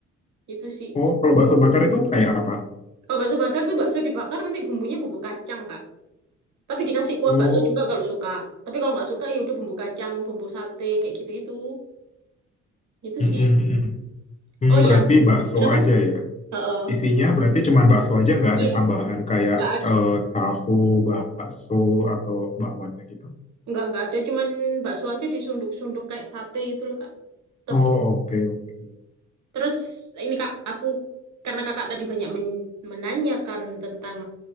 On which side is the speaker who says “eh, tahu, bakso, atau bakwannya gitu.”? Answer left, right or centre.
Left